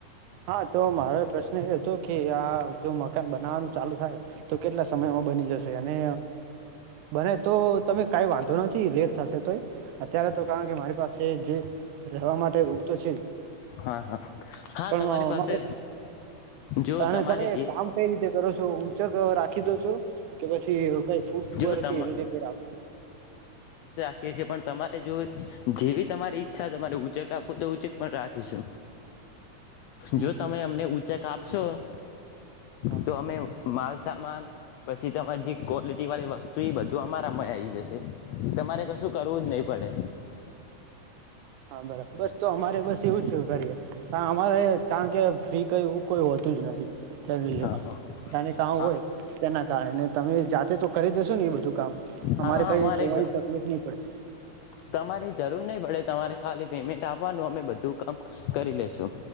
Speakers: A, on the right; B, on the left.
A: હા તો મારો પ્રશ્ન એ હતો કે આ જો મકાન બનાવવાનું ચાલુ થાય તો કેટલા સમયમાં બની જશે અને બને તો તમે કઈ વાંધો નથી લે થશે તોય અત્યારે તો કારણ કે મારે પાસે જે રહેવા માટે ઊગતો છે જ
B: હા હા હા
A: પણ
B: તમારી પાસે જો
A: મારે
B: તમારે
A: તમે
B: જે
A: કામ કઈ રીતે કરો છો ઉંચક રાખી દો છો કે પછી કઈ ફૂટ ઉપર
B: જો તમ
A: કે એવી કઈ રાખ
B: છે પણ તમારે જો જેવી તમારી ઈચ્છા તમા ઉચેક આપો તો ઉચક પણ રાખ એજું
A: હમ
B: જો
A: હમ
B: તમે અમને ઉંચ ક આપ સો
A: હા
B: તો અમે માલસામાન પછી તમારી જે ક્વોલિટી વાળી વસ્તુ એ બધું અમારા મ આવી જશે તમારે કશું કરવું જ નહી પડે
A: હા બરા બસ તો અમારે બસ એવું જ કરી અમારે કારણ કે ફ્રી કય એવું કોઈ હોતું જ નથી ફેમ લેવા
B: હા હા
A: અનેને કામ
B: હા
A: હોય તેના કારણેને તમે જા તો કરી જશો ને એ બધું કામ
B: હા
A: કઈ
B: અમારે
A: જોવાની તકલીફ નહી પડે
B: તમારી જરૂર નહી પડે તમારે ખાલી પેમેન્ટ આપવાનું અમે બધું કામ કરી લેશું